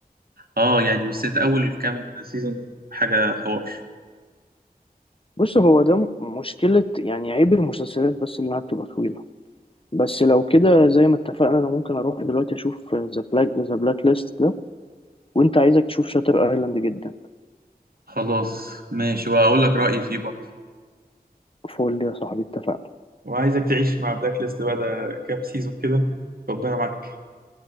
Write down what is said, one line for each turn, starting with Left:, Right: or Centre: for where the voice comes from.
Right: اه يعني بس انت اول كام سيزون حاجة حوار
Left: بص هو ده م- مشكلة يعني عيب المسلسلات بس اللي انها بتبقى طويلة بس لو كده زي ما اتفقنا انا ممكن اروح دلوقتي اشوف ذا بلاك ذا بلاك ليست ده وانت عايزك تشوف شاتر ايلاند جدا
Right: خلاص ماشي وهقول لك رأيي فيه برضو
Left: فول يا صاحبي اتفقنا
Right: وعايزك تعيش مع بلاك ليست بعد كام سيزون كده ربنا معاك